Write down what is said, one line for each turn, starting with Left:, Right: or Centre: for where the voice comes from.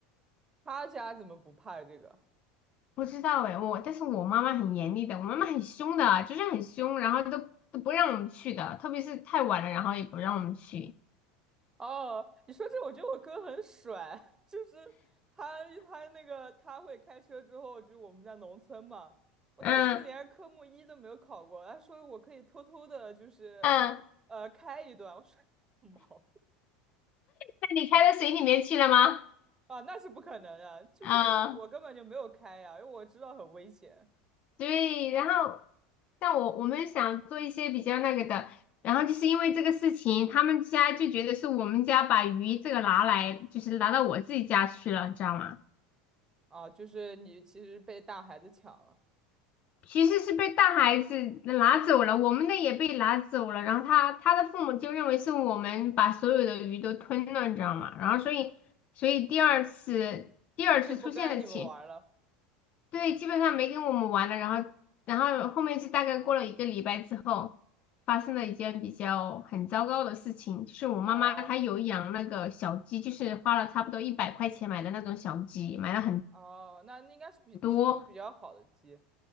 Right: 他家怎么不怕这个？
Left: 不知道哎，我但是我妈妈很严厉的，我妈妈很凶的啊，就是很凶，然后都都不让我们去的，特别是太晚了，然后也不让我们去。
Right: 哦，你说这，我觉得我哥很帅，<laughs> 就是他他那个他会开车之后，就我们在农村嘛，我当时连科目一都没有考过，
Left: 嗯
Right: 他说我可以偷偷的，就是
Left: 嗯，
Right: 呃开一段，我说 <laughs> 毛
Left: 那你开到水里面去了吗？
Right: 啊，那是不可能的，就是我我根本就没有开呀、
Left: 嗯。
Right: 因为我知道很危险
Left: 对，然后像我我们想做一些比较那个的，然后就是因为这个事情，他们家就觉得是我们家把鱼这个拿来，就是拿到我自己家去了，你知道吗？
Right: 啊，就是你其实被大孩子抢了，
Left: 其实是被大孩子拿走了，我们的也被拿走了，然后他他的父母就认为是我们把所有的鱼都吞了，你知道吗？然后所以所以第二次第二次出现的情。
Right: 就不跟你们玩了。
Left: 对，基本上没跟我们玩了，然后，然后后面是大概过了一个礼拜之后，发生了一件比较很糟糕的事情，就是我妈妈她有养那个小鸡，
Right: 哦
Left: 就是花了差不多一百块钱买的那种小鸡，买了很
Right: 哦，那那应该是比品种比较好的鸡。
Left: 多，